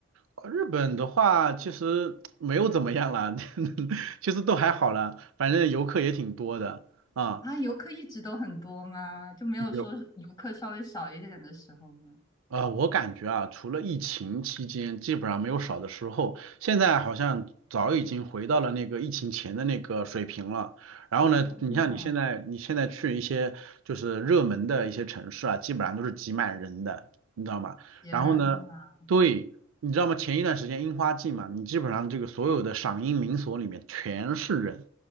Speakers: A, on the right; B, on the left.
A: 呃日本的话，其实没有怎么样啦，<laughs> 其实都还好啦，反正游客也挺多的啊。
B: 啊，游客一直都很多吗？就没有说是游客稍微少一点的时候吗？
A: 有。呃，我感觉啊，除了疫情期间，基本上没有少的时候。现在好像早已经回到了那个疫情前的那个水平了。然后呢，
B: 嗯，
A: 你像你现在，你现在去一些就是热门的一些城市啊，基本上都是挤满人的，你知道吗？
B: 天呐，
A: 然后呢，对，你知道吗？前一段时间樱花季嘛，你基本上这个所有的赏樱名所里面全是人，